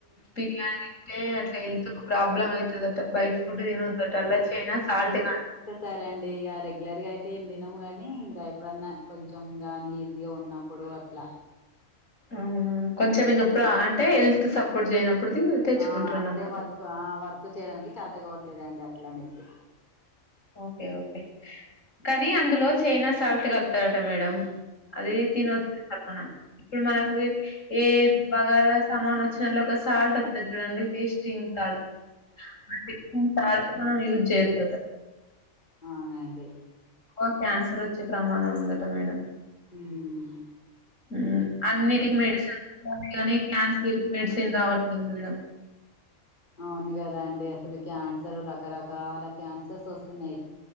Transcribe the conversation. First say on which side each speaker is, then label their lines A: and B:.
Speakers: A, on the left (about 70°); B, on the left (about 35°).
A: బిర్యాని తింటే అట్ల హెల్త్ కు ప్రాబ్లమ్ అయితదట బయట ఫుడ్ తినదట అలా చైనా సాల్ట్ కా
B: సరే అండి ఇగ రెగ్యులర్గా అయితే ఏం తినము కానీ ఇంకా ఎప్పుడన్నా కొంచెం కానీ ఈజీగా ఉన్నా ప్పుడు అట్ల
A: అవునా కొంచెం ఇంగ ప్రా అంటే హెల్త్ సపోర్ట్ చేయనప్పుడు తెచ్చుకుంటారు
B: ఆ అంటే
A: అన్నమాట
B: వర్క్ ఆ వర్క్ చేయడానికి చాతకవట్లేదండి అట్లానేసి
A: ఓకే ఓకే కానీ అందులో చైనా సాల్ట్ కలుతదట మేడం అది తినద్దు అంట మనం ఇప్పుడు మనకు ఏ బగార సామాన్ వచ్చినళ ఒక సాల్ట్ వత్తది చూడండి టేస్ట్ పింక్ సాల్ట్ ఆ పింక్ సాల్ట్ మనం యూజ్ చేయొద్దు అట
B: అవునండి
A: ఓ క్యాన్సర్ వచ్చే ప్రమాదం ఉందట మేడం
B: మ్మ్
A: మ్మ్ అన్నిటికి మెడిసిన్లా కానీ క్యాన్సర్ కి మెడిసిన్ రావట్లేదు మేడం
B: అవును కదా అండి అసలు క్యాన్సర్ రకరకాల క్యాన్సర్స్ వస్తున్నాయి